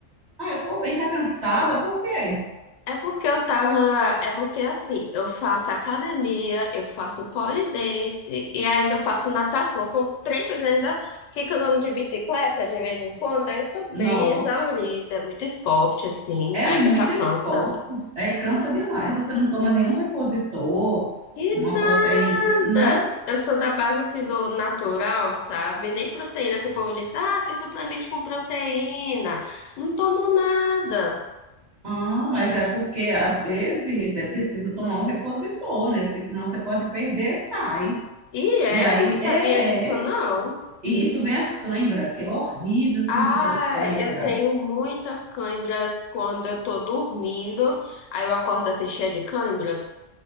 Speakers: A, on the right; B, on the left.
A: Ah, eu tô bem, tá cansada? Por quê?
B: É porque eu tava. É porque assim, eu faço academia, eu faço pole dance e ainda eu faço natação. São três coisas, ainda fico andando de bicicleta de vez em quando. Aí eu tô bem
A: Nossa,
B: exaurida, é muito esporte, assim.
A: é
B: Aí
A: muito
B: a pessoa cansa,
A: esporte. É, cansa demais. Você não toma nenhum repositor,
B: Que
A: uma
B: nada!
A: proteína, não?
B: Eu sou da base assim do natural, sabe? Nem proteína. Se o povo diz, ah, você suplemente com proteína. Não tomo nada.
A: Ah, mas é porque às vezes é preciso tomar um repositor, né? Porque senão você pode perder sais.
B: E é,
A: E aí,
B: eu não sabia
A: é,
B: disso, não.
A: é. E isso vem as cãibras, que é horrível sentir
B: Ah,
A: cã- cãibra.
B: eu tenho muitas cãibras quando eu tô dormindo. Aí eu acordo assim, cheia de cãibras.